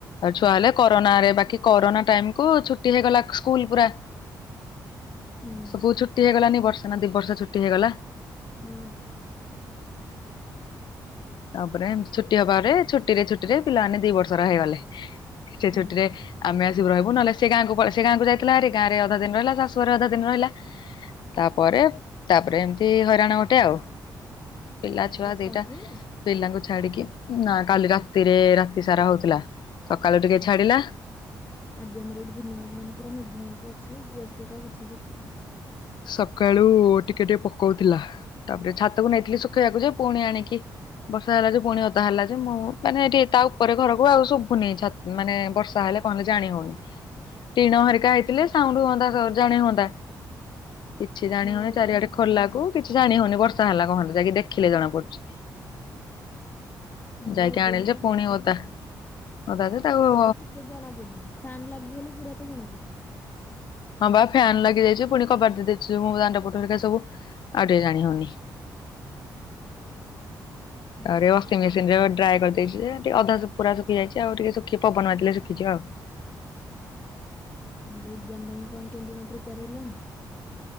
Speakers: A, on the left; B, on the left.
A: ଆଉ ଛୁଆ ହେଲେ କରୋନା ରେ ବାକି କରୋନା ଟାଇମ୍ କୁ ଛୁଟି ହେଇଗଲା କୁ ସ୍କୁଲ ପୁରା।
B: ହୁଁ
A: ସବୁ ଛୁଟି ହେଇଗଲାନି ବର୍ଷେ ନା ଦି ବର୍ଷ ଛୁଟି ହେଇଗଲା।
B: ହଁ।
A: ତାପରେ ଏମିତି ଛୁଟି ହବାରେ ଛୁଟିରେ ଛୁଟିରେ ପିଲାମାନେ ଦି ବର୍ଷର ହେଇଗଲେ, ସେ
B: ହୁଁ।
A: ଛୁଟିରେ ଆମେ ଆସିବୁ ରହିବୁ ନହେଲେ ସେ ଗାଁକୁ ପ ସେ ଗାଁକୁ ଯାଇଥିଲା ହାରି, ଗାଁରେ ଅଧା ଦିନ ରହିଲା ଶାଶୁଘରେ ଅଧା ଦିନ ରହିଲା। ତାପରେ ତାପରେ ଏମତି ହଇରାଣ ଗୋଟେ ଆଉ।
B: ଉଁ
A: ପିଲା ଛୁଆ
B: ବର୍ଷା
A: ଦିଟା
B: ହଉଚି?
A: ପିଲାଙ୍କୁ ଛାଡିକି ନା କାଲି ରାତିରେ ରାତିସାରା ହଉଥିଲା। ସକାଳୁ ଟିକେ
B: ଆଜି
A: ଛାଡିଲା
B: ଆଜି ଆମର ଏଠି ଦିନ ଆଗ ମାନେ ପୁରା ମେଘୁଆ ହେଇକି ଅଛି ଡ୍ରେସ୍ ପଟା କିଛି ଶୁଖୁନି।
A: ସକାଳୁ ଟିକେ ଟିକେ ପକଉଥିଲା ତାପରେ ଛାତକୁ ନେଇଥିଲି ଶୁଖେଇବାକୁ ଯେ ପୁଣି ଆଣିକି ବର୍ଷା ହେଲା ଯେ ପୁଣି ଓଦା ହେଲା ଯେ ମୁଁ ମାନେ ଏଠି ତା ଉପରେ ଘରକୁ ଆଉ ଶୁଭୁନି ଛା ମାନେ ବର୍ଷା ହେଲେ କଣ ହେଲେ ଜାଣି ହଉନି। ଟିଣ ହେରିକା ହେଇଥିଲେ ସାଉଣ୍ଡୁ ହୁଅନ୍ତା ସ ଜାଣି ହୁଅନ୍ତା। କିଛି ଜାଣି
B: ହଁ
A: ହଉନି ଚାରିଆଡେ ଖୋଲାକୁ କିଛି ଜାଣି ହଉନି ବର୍ଷା ହେଲା କଣ ହେଲା, ଯାଇକି ଦେଖିଲେ ଜଣାପଡୁଚି।
B: ହଁ
A: ଯାଇକି
B: ବା ଏବେ
A: ଆଣିଲି
B: ବି
A: ଯେ
B: ତ
A: ପୁଣି ଓଦା, ଓଦା ଯେ ତାକୁ
B: କିଛି ଜଣା ପଡୁନି ଫ୍ୟାନ୍ ଲାଗିଗଲେ ପୁରା ତ ଜଣା ପଡୁନି।
A: ହଁ ବା ଫ୍ୟାନ୍ ଲାଗିଯାଇଚି ପୁଣି କବାଟ ଦେଇ ଦେଇଚି ମୁଁ ଦାଣ୍ଡ ପଟ ହେରିକା ସବୁ, ଆଉ ଟିକେ ଜାଣି ହଉନି।
B: ହୁଁ
A: ଆରେ ୱା ଶିଙ୍ଗ୍ ମେସିନରେ ଡ୍ରାଏ କରିଦେଇଛି ଯେ, ଟିକେ ଅଧା ସୁ ପୁରା ଶୁଖି ଯାଇଚି ଆଉ ଟିକେ ଶୁଖି ପବନ ବାଜିଲେ ଶୁଖିଯିବ ଆଉ।
B: ତୁମର ଏକ୍ଜାମ ପାଇଁ କଣ କେମତି କଣ ପ୍ରିପେୟାର ହେଲଣି?